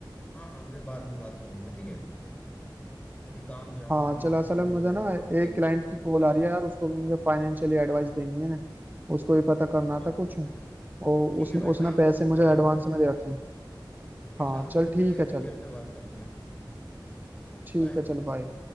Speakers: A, on the left; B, on the right.
A: हाँ हाँ मैं बाद में बात करूंगा ठीक है अभी काम जाना
B: हाँ
A: है
B: चलो असल
A: फिर
B: में मुझे ना
A: हाँ ठीक
B: एक
A: है
B: क्लाइंट की कॉल आ रही है यार उसको भी मुझे फाइनेंशियली एडवाइस देनी है ना उसको भी पता
A: ठीक
B: करना
A: है
B: था कुछ और
A: ठीक
B: उसने
A: है भाई
B: उसने
A: शाम
B: पैसे
A: को मिलते
B: मुझे
A: हैं हाँ
B: एडवांस में दे रखे हैं
A: ठीक है
B: हाँ
A: शाम को
B: चल
A: मिलके
B: ठीक है चल
A: डिटेल में बात करते हैं ओके
B: ठीक
A: बाय
B: है चल बाय